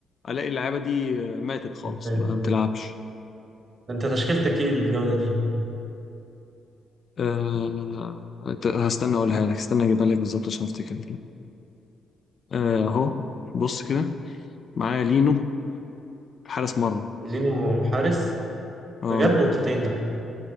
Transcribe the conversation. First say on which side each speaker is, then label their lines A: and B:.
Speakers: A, on the left (about 45°); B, on the right (about 40°).
A: الاقي اللعيبه دي ماتت خالص
B: تاني؟
A: ما بتلعبش
B: انت تشكيلتك ايه الجولة دي؟
A: أه... هستنى اقولها لك استنى اجيبها لك بالظبط عشان افتكر آه، اهو بص كده معايا لينو حارس مرمى
B: لينو حارس
A: اه
B: ده جاب نقطتين ده